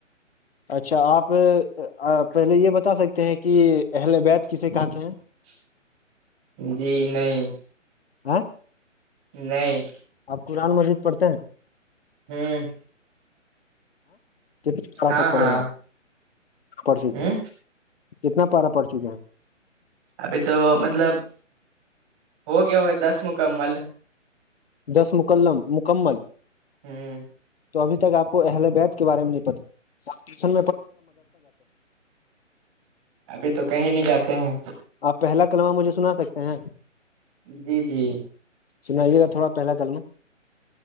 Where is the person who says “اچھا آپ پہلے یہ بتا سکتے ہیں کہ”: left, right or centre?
Left